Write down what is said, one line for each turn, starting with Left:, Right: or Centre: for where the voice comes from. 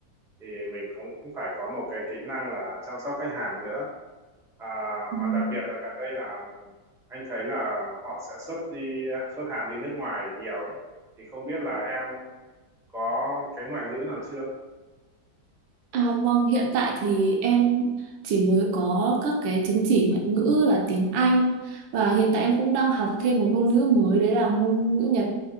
Centre: Thì mình cũng cũng phải có một cái kỹ năng là chăm sóc khách hàng nữa. À,
Right: Ừm.
Centre: mà đặc biệt là gần đây là anh thấy là họ sẽ xuất đi xuất hàng đi nước ngoài nhiều ấy. Thì không biết là em có cái ngoại ngữ nào chưa?
Right: À, vâng, hiện tại thì em chỉ mới có các cái chứng chỉ ngoại ngữ là tiếng Anh và hiện tại em cũng đang học thêm một ngôn ngữ mới đấy là ngôn ngữ Nhật